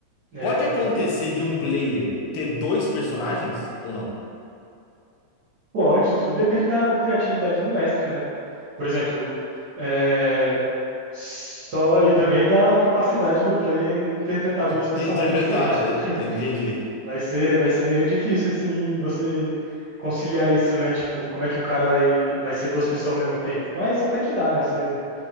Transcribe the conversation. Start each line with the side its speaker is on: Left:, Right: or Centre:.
Right: É,
Left: Pode acontecer
Right: então.
Left: de um player ter dois personagens ou não?
Right: Pode, tudo depende da criatividade do mestre, né? Por exemplo, é, só e também da capacidade do player interpretar dois
Left: De,
Right: personagens
Left: de interpretar,
Right: diferentes, né?
Left: eh,
Right: <laughs>
Left: entendi.
Right: Vai ser, vai ser meio difícil assim você conciliar isso, né? Tipo, como é que um cara vai vai ser duas pessoas ao mesmo tempo? Mas até que dá, né? Você-